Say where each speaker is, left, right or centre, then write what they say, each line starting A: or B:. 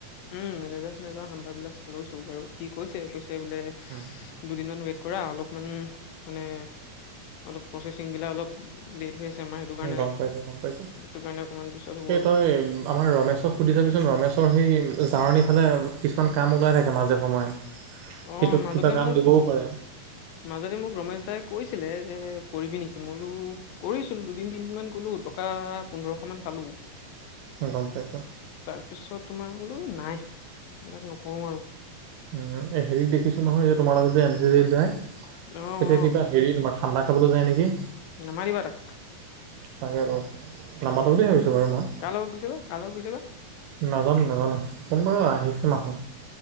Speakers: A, on the left; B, on the right.
A: উম, মেনেজাৰ চেনেজাৰৰ নাম্বাৰবিলাক লৈছোঁ বাৰু, সি কৈছে কৈছে বোলে
B: উম।
A: দুদিনমান ৱেট কৰা, অলপমান মানে অলপ প্ৰচেচিংবিলাক অলপ লেট হৈ আছে। ছে আমাৰ সেইটো কাৰণে
B: গম পাইছোঁ গম পাইছোঁ
A: সেইটো কাৰণে অকমান পিছত হ'ব
B: এই
A: আৰু।
B: তই আমাৰ ৰমেশক সুধি চাবিচোন ৰমেশৰ সেই জাৰণী ফালে কিছুমান কাম ওলাই থাকে মাজে সময়ে।
A: অ'
B: সিটোক
A: মাজতে
B: কিবা কাম
A: মোক
B: দিবও পাৰে
A: মাজতে মোক ৰমেশ দাই কৈছিলে যে, কৰিবি নেকি, মই বোলো কৰিছিলো দুদিন মান গ'লো টকা পোন্ধৰশ মান পালো।
B: গম পাইছো।
A: তাৰ পিছত তোমাৰ বোলো এই নাই, এইবিলাক নকৰো আৰু।
B: উম, এই হেৰীক দেখিছোঁ নহয়, এই তোমাৰ লগত যে, এন চি চি যায়।
A: অঁ'।
B: এ কিবা হেৰি তোমাৰ ঠাণ্ডা খাবলৈ যায় নেকি?
A: নামাতিবা তাক।
B: তাকেটো নামাটো বুলি ভাবিছোঁ বাৰু মই।
A: কাৰ লগত <unintelligible> গৈছে বা?
B: নাজানো নাজানো, কোনবা
A: উম,
B: আহিছে মানুহ।